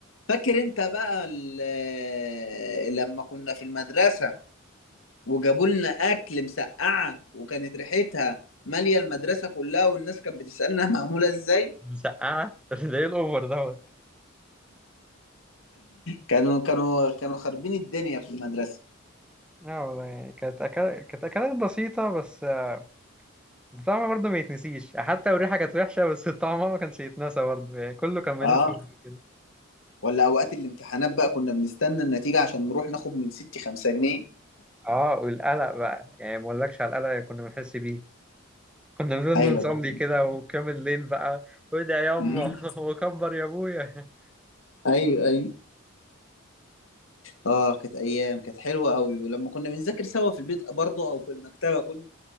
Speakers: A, on the left; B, in the centre.
A: فاكر انت بقى ال- لما كنا في المدرسة وجابوا لنا اكل مسقعة وكانت ريحتها مالية المدرسة كلها والناس كانت بتسألنا <laughs> معمولة ازاي؟
B: مسقعة <laughs> ده إيه الأوفر دوت
A: كانوا كانوا كانوا خاربين الدنيا في المدرسة
B: اه والله يعني كانت أكل... كانت أكلات بسيطة بس آه، الطعم برضه ما يتنسيش حتى لو الريحة كانت وحشة بس الطعم ما كانش يتنسى برضه يعني كله كان بينهم
A: اه
B: حب كده
A: ولا اوقات الامتحانات بقى كنا بنستنى النتيجة عشان نروح ناخد من ستي خمسة جنيه
B: اه والقلق بقى يعني ما اقولكش على القلق اللي كنا بنحس بيه كنا بنقول
A: ايوه
B: نصلي
A: ده
B: كده وكامل الليل بقى وادعي يا يما
A: مم.
B: <laughs> وكبر يا ابويا
A: ايوه ايوه اه كانت ايام كانت حلوة قوي ولما كنا بنذاكر سوا في البيت برضه او في المكتبة كنا